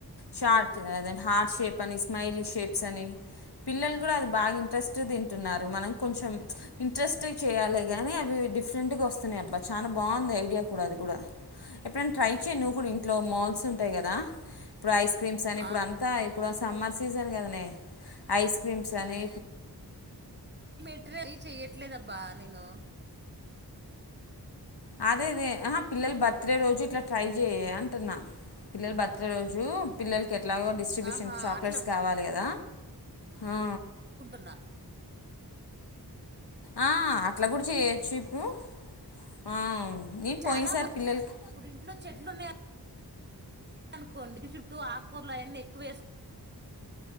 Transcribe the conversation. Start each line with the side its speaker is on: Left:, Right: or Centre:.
Left: షార్ట్ అదె హార్డ్ షేప్ అని స్మైలీ షేప్స్ అని పిల్లల్ గుడ అది బాగ ఇంట్రెస్టుగ దింటున్నారు మనం కొంచెం ఇంట్రెస్ట్గ చెయ్యాలేగాని అవి డిఫ్రెంటుగ ఒస్తున్నై అబ్బ చాన బాగుంది ఐడియా కుడా అది గుడ ఎప్పుడైన్ ట్రై చేయ్ నువ్వ్ కూడ ఇంట్లో మౌల్స్ ఉంటయ్ గద ఇప్డు ఐస్ క్రీమ్స్ అని ఇప్డు
Right: ఆ
Left: అంతా ఇప్డు సమ్మర్ సీజన్ కదనే ఐస్ క్రీమ్స్ అని
Right: ఇట్రల్లీ చెయట్లేదబ్బా నేను
Left: అదదే అహ పిల్లల్ బర్త్డే రోజు ఇట్లా ట్రై చెయే అంటున్నా పిల్లల్ బర్త్డే రోజు పిల్లల్ కేట్లాగో డిస్ట్రిబ్యూషన్కి
Right: ఆహా
Left: చాక్లెట్స్
Right: అట్లా
Left: కావాలె గద ఆ
Right: న్న
Left: ఆ అట్ల గుడ చేయొచ్చు ఇపుడు ఆ నేను
Right: చాలా
Left: పోయినసారి
Right: బా
Left: పిల్లలకి
Right: ఇపుడింట్లో చెట్లు ఉన్నయ్ అనుకోండి ఇంటి చుట్టూ ఆక్కూరల్ అయన్నీ ఎక్కువేస్